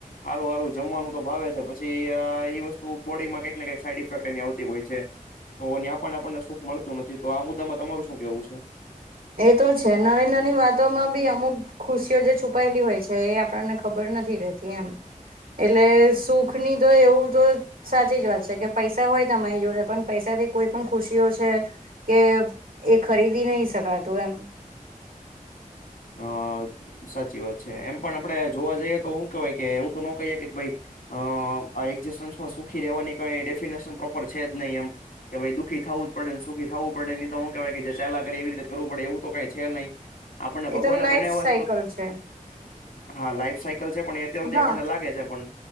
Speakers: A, on the left (about 80°); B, on the right (about 85°).
A: હારું હારું જમવાનું તો ભાવે છે પછી ઈ વસ્તુ બોડીમાં કંઈક ને કઈક સાઈડ ઇફેક્ટ એની આવતી હોય છે. તો ન્યા પણ આપણને સુખ મળતું નથી. તો આ મુદ્દામાં તમારું શું કેવું છે?
B: એતો છે. નાની નાની વાતોમાં બી અમુક ખુશીઓ જે છુપાયેલી હોય છે એ આપણને ખબર નથી રહેત તી એમ. એટલે સુખની તો એવું તો સાચી જ વાત છે કે પૈસા હોય તમારી જોડે પણ પૈસાથી કોઈ પણ ખુશીઓ છે. કે એ ખરીદી નહી શકાતું એમ.
A: અ સાચી વાત છે. એમ પણ આપડે જોવા જઈએ તો હું કેવાય કે એવું તો ન કહીએ કે ભાઈ અ આ એક્ઝિસ્ટન્સમાં સુખી રહેવાની કઈ ડેફિનેશન પ્રોપર છે જ નહી એમ. કે ભાઈ દુખી થવું જ પડેને સુખી થવું પડે ઇતો હું કેવાય ચાલ્યા કરે એવી રતે કરવું પડે એવ તો કઈ છે નહી, આપણને
B: એ
A: ભગવાને
B: તો લાઈફ
A: બનાવવા
B: સાયકલ
A: છો તો
B: છે
A: હા લાઈફ સાઈકલ છે પણ એ અત્યાર સુધી
B: હા
A: આપણને લાગે છે પણ